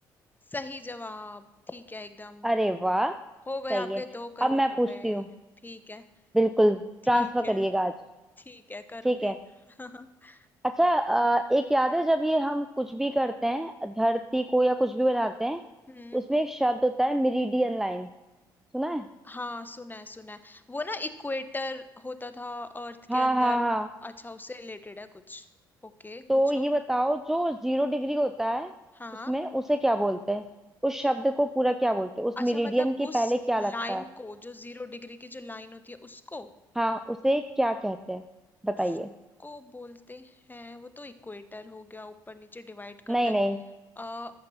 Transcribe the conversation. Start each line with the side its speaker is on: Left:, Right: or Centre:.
Left: सही जवाब ठीक है एकदम
Centre: अरे वाह
Left: हो
Centre: सही
Left: गए आपके
Centre: है
Left: दो करोड़
Centre: अब मैं
Left: रुपए
Centre: पूछती हूँ
Left: ठीक है
Centre: बिल्कुल
Left: ठीक
Centre: ट्रांसफर
Left: है
Centre: करिएगा आज
Left: ठीक है करूंगी
Centre: ठीक है
Left: <laughs>
Centre: अच्छा अ, एक याद है जब ये हम कुछ भी करते हैं धरती को या कुछ भी बनाते हैं
Left: हम्म
Centre: उसमें एक शब्द होता है मिरीडियन लाइन सुना है
Left: हाँ सुना है सुना है वो ना इक्वेटर होता था अर्थ
Centre: हाँ
Left: के अंदर
Centre: हाँ हाँ
Left: अच्छा उससे रिलेटेड है कुछ ओके
Centre: तो
Left: पूछो
Centre: ये बताओ जो जीरो डिग्री होता है
Left: हाँ
Centre: उसमें उसे क्या बोलते हैं उस शब्द को पूरा क्या बोलते हैं उस
Left: अच्छा
Centre: मेरिडियन
Left: मतलब
Centre: के
Left: उस
Centre: पहले क्या
Left: लाइन
Centre: लगता है
Left: को जो जीरो डिग्री की जो लाइन होती है उसको
Centre: हाँ उसे क्या कहते हैं बताइए
Left: उसको बोलते हैं वो तो इक्वेटर हो गया ऊपर नीचे डिवाइड
Centre: नहीं
Left: करता है
Centre: नहीं
Left: आ